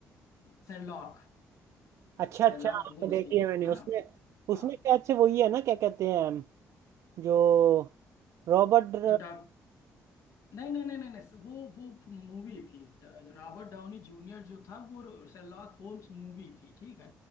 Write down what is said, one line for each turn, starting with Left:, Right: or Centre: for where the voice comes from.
Left: शेरलॉक
Right: अच्छा अच्छा
Left: शेरलॉक
Right: हाँ,
Left: होम्स
Right: देखी
Left: की
Right: है मैंने
Left: है
Right: उसमें
Left: ना
Right: उसमें
Left: हाँ
Right: शायद से वही है ना क्या कहते हैं हम जो रॉबर्ट
Left: जो डॉक नहीं नहीं नहीं नहीं नहीं वो वो मूवी थी ड- जो रॉबर्ट डाउनी जूनियर जो था वो शेरलॉक होम्स मूवी थी ठीक है